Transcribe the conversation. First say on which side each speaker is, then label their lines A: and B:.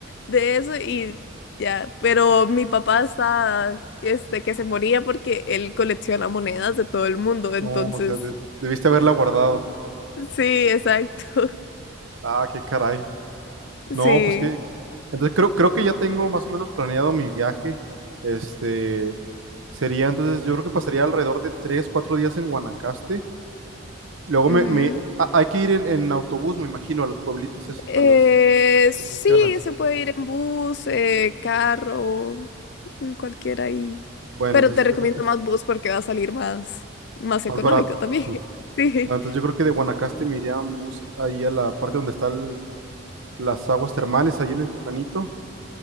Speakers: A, on the left (about 55°); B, on the right (about 75°).
A: de eso y ya. Pero mi papá está este que se moría porque él colecciona monedas de todo el mundo. Entonces,
B: no, o sea, de- debiste haberla guardado.
A: sí, exacto. <laughs>
B: Ah, qué caray. No,
A: Sí.
B: pues que... Entonces creo, creo que ya tengo más o menos planeado mi viaje. Este, sería entonces, yo creo que pasaría alrededor de tres, cuatro días en Guanacaste. Luego
A: Ujú.
B: me, me- a- hay que ir en, en autobús, me imagino, a los pueblitos esos,
A: Eh,
B: a los
A: sí,
B: que mencionas.
A: se puede ir en bus, eh, carro, en cualquiera ahí.
B: Bueno,
A: Pero
B: entonces
A: te recomiendo
B: yo creo que es
A: más bus porque va a salir más, más
B: más
A: económico
B: barato,
A: también.
B: sí.
A: <laughs> Sí,
B: Ah, Entonces yo creo que de Guanacaste me iría en bus ahí a la parte donde están las aguas termales, ahí en el Tucanito.